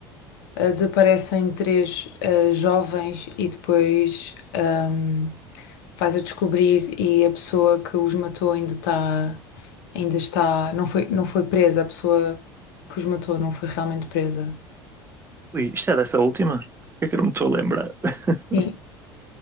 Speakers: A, on the left; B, on the right.
A: ah, Desaparecem três ah, jovens e depois ahm, faz-a descobrir e a pessoa que os matou ainda está... Ainda está... Não foi, não foi presa, a pessoa que os matou não foi realmente presa.
B: Ui, isto é dessa última? que é que eu não me estou a lembrar? <laughs>
A: Sim.